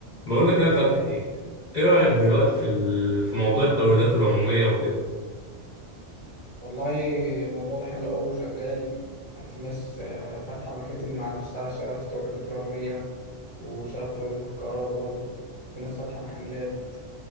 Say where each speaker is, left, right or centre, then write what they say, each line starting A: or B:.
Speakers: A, on the left; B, on the right.
A: بقول لك يا فتحي ايه رأيك دلوقتي في ال... في موضوع التوريدات العمومية وكده
B: والله الموضوع ده حلو أوي وشغال يعني في ناس آه، فاتحة مكاتب مع نفسها شغالة في التوريدات العمومية وشغالة في توريدات الكهرباء برضه في ناس فاتحة محلات